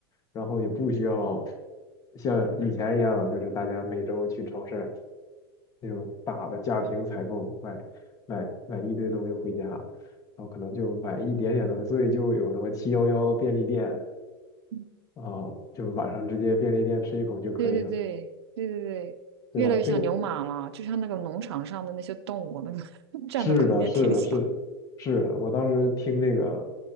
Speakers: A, on the left; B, on the right.
A: 然后也不需要像以前一样，就是大家每周去超市那种大的家庭采购，买买买一堆东西回家，然后可能就买一点点东西，所以就有什么七幺幺便利店
B: 嗯，
A: 啊，就晚上直接便利店吃一口就可以了，
B: 对对对对对对，
A: 对吧？
B: 越来越像牛马了，
A: 这个
B: 就像那个农场上的那些动物，那个 <laughs> 占的空间挺小。
A: 是的，是的，是的，是的。我当时听这个，